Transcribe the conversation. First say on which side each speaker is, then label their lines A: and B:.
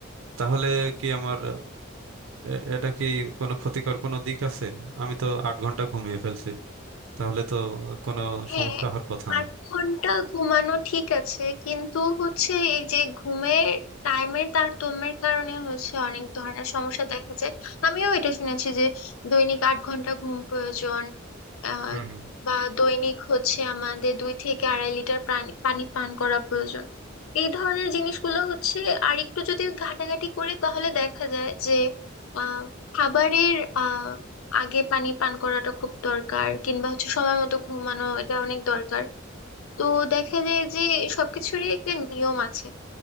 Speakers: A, on the right; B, on the left.
A: তাহলে কি আমার এ- এটা কি কোনো ক্ষতিকর কোনো দিক আছে আমি তো আট ঘন্টা ঘুমিয়ে ফেলছি তাহলে তো কোনো
B: হ্যাঁ
A: সমস্যা হওয়ার কথা না
B: আট ঘন্টা ঘুমানো ঠিক আছে কিন্তু হচ্ছে এই যে ঘুমের টাইমের তারতম্যের কারণে হচ্ছে অনেক ধরনের সমস্যা দেখা যায় আমিও এটা শুনেছি যে দৈনিক আট ঘন্টা ঘুম প্রয়োজন আহ
A: হুম হুম
B: বা দৈনিক হচ্ছে আমাদের দুই থেকে আড়াই লিটার পানি পানি পান করা প্রয়োজন এই ধরনের জিনিসগুলো হচ্ছে আর একটু যদি ঘাটাঘাটি করি তাহলে দেখা যায় যে আহ খাবারের আগে পানি পান করাটা খুব দরকার কিংবা হচ্ছে সময় মতো ঘুমানো এটা অনেক দরকার তো দেখা যায় যে সবকিছুরই একটা নিয়ম আছে